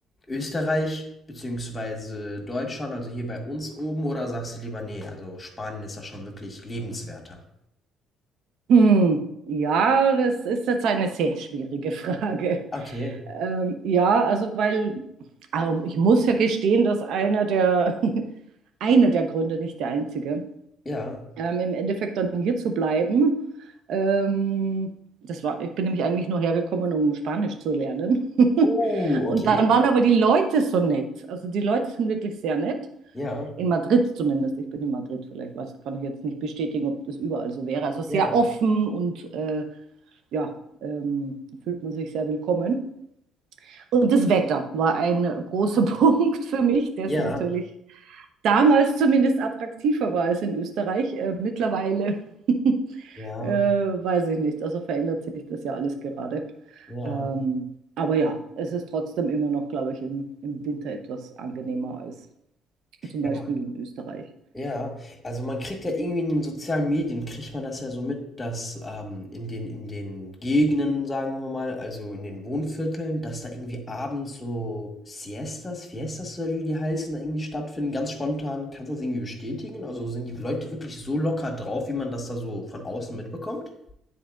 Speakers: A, on the left; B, on the right.
A: Österreich beziehungsweise Deutschland, also hier bei uns oben oder sagst du lieber: nee? also Spanien ist da schon wirklich lebenswerter?“
B: Hm. Ja, das ist jetzt eine sehr schwierige Frage.
A: Okay,
B: Ähm, ja, also weil ähm, ich muss ja gestehen, dass einer der, <laughs> einer der Gründe, nicht der einzige,
A: ja.
B: ähm, im Endeffekt dann hier zu bleiben. Ähm, das war, ich bin nämlich eigentlich nur hergekommen, um Spanisch zu lernen. <laughs>
A: Oh, okay.
B: Und dann waren aber die Leute so nett. Also die Leute sind wirklich sehr nett.
A: Ja,
B: In Madrid zumindest. Ich bin in Madrid vielleicht. Was kann ich jetzt nicht bestätigen, ob das überall so wäre. Also sehr
A: ja,
B: offen und äh, ja, ähm, fühlt man sich sehr willkommen. Und das Wetter war ein großer <laughs> Punkt für mich, das
A: ja,
B: natürlich damals zumindest attraktiver war als in Österreich. Äh, mittlerweile <laughs>
A: ja,
B: äh, weiß ich nicht. Also verändert sich das ja alles gerade.
A: ja.
B: Ähm, aber ja, es ist trotzdem immer noch, glaube ich, im, im Winter etwas angenehmer als zum Beispiel
A: Ja,
B: in Österreich.
A: Ja, also man kriegt ja irgendwie in den sozialen Medien, kriegt man das ja so mit, dass ähm, in den, in den Gegenden, sagen wir mal, also in den Wohnvierteln, dass da irgendwie abends so Siestas, Fiestas oder wie die heißen, da irgendwie stattfinden, ganz spontan. Kannst du das irgendwie bestätigen? Also sind die Leute wirklich so locker drauf, wie man das da so von außen mitbekommt?